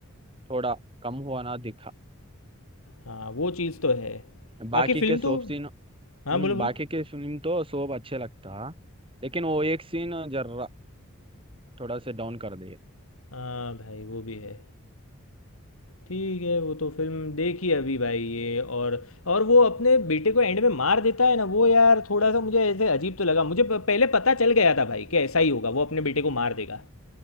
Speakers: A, on the right (about 25°); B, on the left (about 85°).
A: थोड़ा कम हुआ ना दिखा
B: हाँ वो चीज़ तो है
A: बाकी
B: बाकी फिल्म
A: के सोप
B: तो
A: सीन हम्म
B: हाँ बोलो बोलो
A: बाकी के फिल्म तो सोप अच्छे लगता लेकिन वो एक सीन जरा थोड़ा से डाउन कर दे
B: हाँ भाई वो भी है ठीक है वो तो फिल्म देखी अभी भाई ये और और वो अपने बेटे को एंड में मार देता है ना वो यार थोड़ा सा मुझे ऐसे अजीब तो लगा मुझे प- पहले पता चल गया था भाई कि ऐसा ही होगा वो अपने बेटे को मार देगा